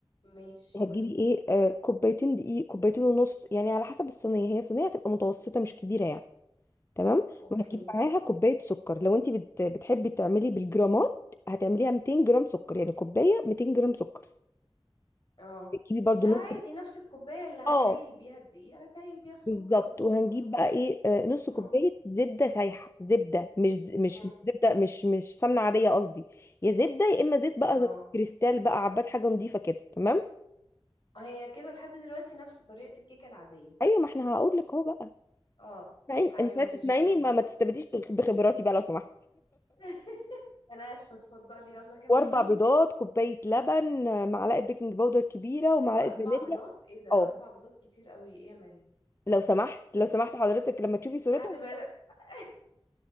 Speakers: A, on the left (about 60°); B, on the left (about 30°).
A: ماشي
B: هتجيبي
A: قولي
B: ايه آه كوبايتين دقيق كوبايتين ونص يعني على حسب الصينيه هي صينيه هتبقى متوسطه مش كبيره يعني تمام
A: اوكي
B: وهتجيب معاها كوبايه سكر لو انت بت... بتحبي تعملي بالجرامات هتعمليها 200 جرام سكر يعني كوبايه 200 جرام سكر
A: اه
B: هتجيبي برضو
A: لا
B: نص
A: عادي نفس الكوباية اللي
B: اه
A: هكايل بيها الدقيق هكايل بيها السكر
B: بالظبط
A: وبس
B: وهنجيب
A: وخلاص
B: بقى ايه آه، نص
A: اه
B: كوبايه زبده سايحه زبده مش ز- مش
A: مم.
B: مش زبده مش مش سمنه عاديه قصدي يا زبده يا اما زيت بقى
A: اه
B: كريستال بقى عباد حاجه نظيفه كده تمام
A: هي كده لحد دلوقتي نفس طريقة الكيكة العادية
B: ايوه ما احنا هقول لك اهو بقى
A: اه
B: اسمعيني
A: ايوه
B: انت عايزة
A: ماشي
B: تسمعيني
A: كمل
B: ما, ما تستبديش بخبراتي بقى لو سمحت
A: <laughs> انا اسفه اتفضلي يلا كملي
B: واربع بيضات
A: <laughs>
B: كوبايه لبن آه، معلقه بيكنج باودر كبيره ومعلقه
A: اربع
B: فانيليا
A: بيضات ايه ده
B: اه
A: اربع بيضات كتير قوي ايه يا مريم
B: لو سمحت لو سمحت حضرتك لما تشوفي صورتها
A: هتبقى <laughs>